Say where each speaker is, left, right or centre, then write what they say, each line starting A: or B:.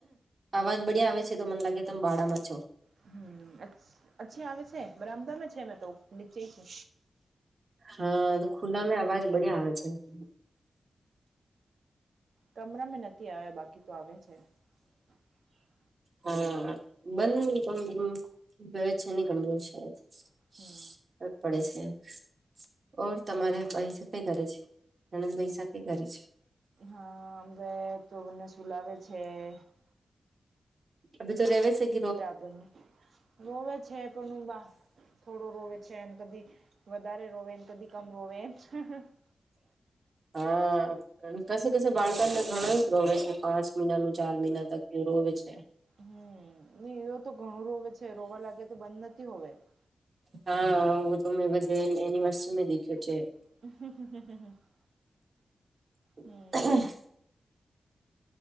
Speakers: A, on the right; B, on the right.
A: અવાજ બડ્યા આવે છે, તો મન લાગે તમે ભાડામાં છો <inaudible>
B: હમ્મ અચ્છી આવે છે, બરામદમે છે તો નીચે છે <unintelligible>
A: હા, તો ખુલ્લા મે અવાજ બડ્યા આવે છે. <unintelligible>
B: કમરામાં નથી આવ્યા બાકી તો આવે છે, <unintelligible>
A: હા, બંધ છે ને કમરું છે <unintelligible> સર
B: હમ
A: પડે છે, <unintelligible> ઓર તમારે ભાઈસા કઈ કરે છે, અણંદ ભાઈસા કઈ કરે છે, <unintelligible>
B: હા બે ઈ તો મને સુુંલાવેે છે, <unintelligible>
A: અભી તો રવે છે <unintelligible>
B: તબની <unintelligible> રોવે છે, પણ હું બા થોડો રોવે છે, કદી વધારે રોવેને <unintelligible> કબી કમ રોવે <unintelligible>
A: હા, કશે કશે બાળકો ને ઘણો શ રોવે છે, પાંચ મહિનાનું ચાર મહિના તક યુરોવે છે, <unintelligible>
B: હમ્મ નઈ એવ તો ઘણું રોવે છે, રોવા લાગે તો બંધ નથી હોવે <unintelligible>
A: હા, હું તો મેં બધ એનિવર્સરી મે દેખ્યો છે, <unintelligible>
B: <unintelligible>
A: <unintelligible>
B: હમ
A: <unintelligible>